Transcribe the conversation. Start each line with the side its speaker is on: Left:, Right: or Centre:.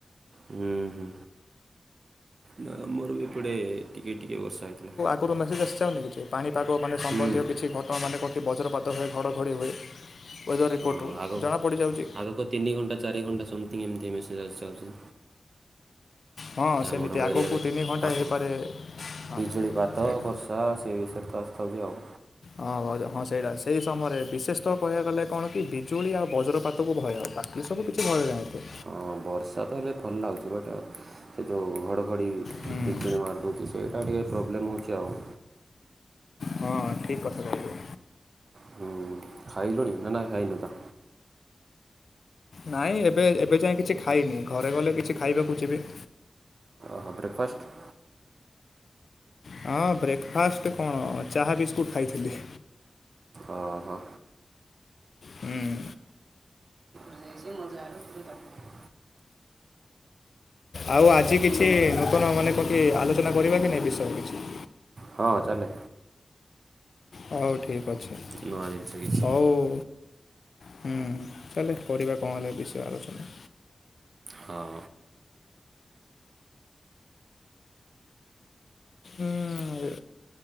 Right: ହୁଁ ହୁଁ, ନା ଆମର ବି ଏପଟେ ଟିକେ ଟିକେ ବର୍ଷା ହେଇଥିଲା।
Left: ଉପରୁ ମେସେଜସ୍ ଯାଉନି କି ପାଣିପାଗ ମାନେ ସମ୍ବନ୍ଧୀୟ
Right: ହୁଁ
Left: କିଛି ଘଟଣା ମାନେ କୋଉଠି ବଜ୍ରପାତ ହୁଏ ଘଡ଼ଘଡ଼ି ହୁଏ। ୱେଦର୍ ରିପୋର୍ଟରୁ
Right: ହଁ ଆଗକୁ
Left: ଜଣାପଡ଼ିଯାଉଚି।
Right: ଆଗକୁ ତିନି ଘଣ୍ଟା ଚାରି ଘଣ୍ଟା ସମଥିଙ୍ଗ ଏମିତି ମେସେଜ୍ ଆସିଯାଉଛି।
Left: ହଁ
Right: ଆମଣଙ୍କ
Left: ସେମିତି ଆଗକୁ
Right: ଏରିଆରେ
Left: ତିନି ଘଣ୍ଟା
Right: ଆପ
Left: ହେଇପାରେ ହଁ
Right: ବିଜୁଳିପାତ,
Left: ସେଇଟା।
Right: ବର୍ଷା ସେ ବିଷୟରେ ତ ଆସି କବି ଆଉ।
Left: ହଁ ଭାଉଜ ହଁ ସେଇଟା ସେଇ ସମୟରେ ବିଶେଷତଃ କହିବାକୁ ଗଲେ କଣ କି ବିଜୁଳି ଆଉ ବଜ୍ରପାତକୁ ଭୟ ବା ଏ ସବୁ କିଛି ଭୟ ନାହିଁ ଏତେ।
Right: ହଁ ବର୍ଷା ତ ହେଲେ ଥଣ୍ଡା ହଉଛି ମତେ। ସେ ଯୋଉ ଘଡ଼ଘଡ଼ି,
Left: ହୁଁ।
Right: ବିଜୁଳି ମାରୁଦଉଚି ସେଇଟା ଟିକେ ପ୍ରୋବ୍ଲେମ୍ ହଉଛି ଆଉ।
Left: ହଁ ଠିକ୍ କଥା କଇଲୁ।
Right: ହୁଁ ଖାଇଲୁଣି, ନା ନାଇଁ ଖାଇନୁ ତ।
Left: ନାଇଁ ଏବେ ଏବେ ଯାଏ କିଛି ଖାଇନି, ଘରେ ଗଲେ କିଛି ଖାଇବାକୁ ଯିବି।
Right: ଓହୋ ବ୍ରେକଫାଷ୍ଟ।
Left: ହଁ ବ୍ରେକଫାଷ୍ଟ କଣ ଚାହା ବିସ୍କୁଟ୍ ଖାଇଥିଲି।
Right: ଅ ହ।
Left: ହୁଁ
Right: <unintelligible>
Left: ଆଉ ଆଜି କିଛି ନୂତନ ମାନେ କନଙ୍କି ଆଲୋଚନା କରିବା କି ନାଇ ବିଷୟ କିଛି।
Right: ହଁ ଚାଲେ।
Left: ହୋଉ ଠିକ୍ ଅଛି
Right: ନୂଆ ଜିନିଷ କିଛି
Left: ହୋଉ ହୁଁ ଚାଲେ କରିବା କଣ ହେଲେ ବିଷୟ ଆଲୋଚନା?
Right: ହଁ।
Left: ଉଁ